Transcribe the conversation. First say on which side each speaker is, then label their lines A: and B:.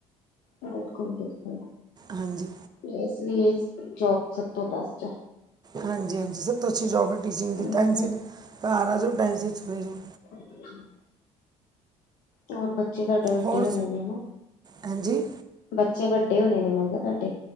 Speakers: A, on the left; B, on the right.
A: ਬਿਲਕੁਲ-ਬਿਲਕੁਲ।
B: ਹਾਂਜੀ,
A: ਯੈਸ ਨੀ ਇਹ ਜੋਬ ਸਭ ਤੋਂ ਪਾਸ ਚ
B: ਹਾਂਜੀ-ਹਾਂਜੀ, ਸਰ ਤੁਸੀ ਅਛੀ ਜੋਬ ਹੈ, ਟੀਚਿੰਗ ਦੀ
A: ਹੂੰ,
B: ਟਾਈਮ ਸੀ ਆ ਜਾਉ ਟਾਈਮ ਸੀ ਚਲੇ ਜਾਓ।
A: ਹੂੰ, ਹੋਰ ਬੱਚੇ ਤੁਹਾਡੇ ਵੱਡੇ
B: ਹੋਰ
A: ਹੋਣੇ ਨੇ ਹਨਾ,
B: ਹਾਂਜੀ
A: ਬੱਚੇ ਵੱਡੇ ਹੋਣੇ ਨੇ ਮੈਂ ਕਿਹਾ ਤੁਹਾਡੇ